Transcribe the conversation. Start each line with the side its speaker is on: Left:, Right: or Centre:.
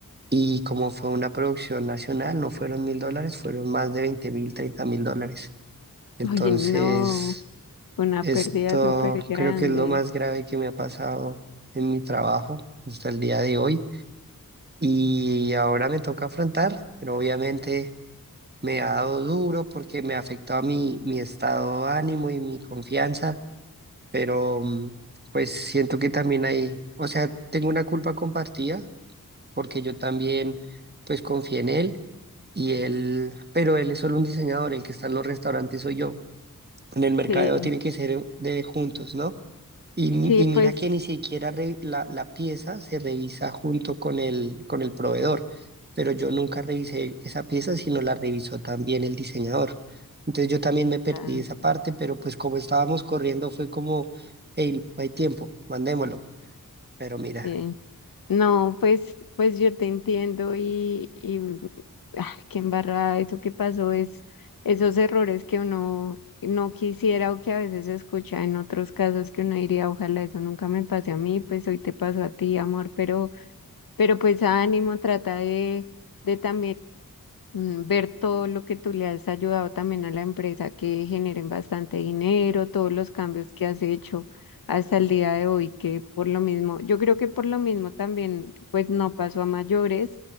Right: Y como fue una producción nacional, no fueron mil dólares, fueron más de veinte mil, treinta mil dólares. Entonces,
Left: <laughs> Oye, no, una
Right: esto
Left: pérdida súper grande.
Right: creo que es lo más grave que me ha pasado en mi trabajo hasta el día de hoy Y ahora me toca afrontar, pero obviamente me ha dado duro porque me ha afectado mi, mi estado de ánimo y mi confianza, pero mm, pues siento que también hay, o sea, tengo una culpa compartida porque yo también pues confié en él y él, pero él es solo un diseñador, el que está en los restaurantes soy yo. En el mercadeo
Left: Sí,
Right: tiene que ser de juntos, ¿no? Y,
Left: sí,
Right: y mira
Left: pues,
Right: que ni siquiera re- la, la pieza se revisa junto con el, con el proveedor, pero yo nunca revisé esa pieza, sino la revisó también el diseñador. Entonces yo también me perdí
Left: ah,
Right: esa parte, pero pues como estábamos corriendo fue como, hey, no hay tiempo, mandémoslo. Pero mira,
Left: sí. No, pues, pues yo te entiendo y, y ay, qué embarrada eso que pasó es esos errores que uno no quisiera o que a veces se escucha en otros casos que uno diría, ojalá eso nunca me pase a mí, pues hoy te pasó a ti, amor, pero, pero pues ánimo, trata de, de también mm, ver todo lo que tú le has ayudado también a la empresa que generen bastante dinero, todos los cambios que has hecho hasta el día de hoy, que por lo mismo, yo creo que por lo mismo también, pues no pasó a mayores